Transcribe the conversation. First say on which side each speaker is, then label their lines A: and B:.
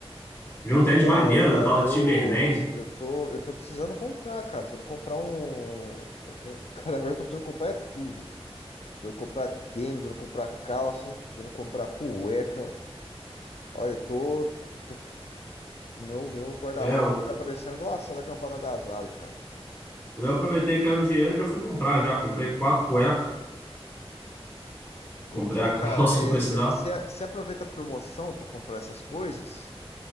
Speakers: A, on the left; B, on the left.
A: Vi um
B: Pô,
A: tênis
B: da
A: maneiro
B: hora, cara.
A: da tal da
B: Eu,
A: Timberland.
B: eu tô, eu tô precisando comprar, cara. Precisando comprar um, um... um- <laughs> Cara, na verdade, eu tô precisando comprar é tudo. Precisando comprar tênis, precisando comprar calça, precisando comprar cueca. Olha, eu tô, tô- meu, meu guarda-roupa
A: É,
B: aqui tá parecendo doação da campanha do Agasalho, cara.
A: Eu aproveitei que caiu um dinheiro e já fui comprar já. Comprei quatro cuecas,
B: Então,
A: comprei a <laughs> calça
B: cara,
A: que eu precisava.
B: você aproveita a promoção pra comprar essas coisas?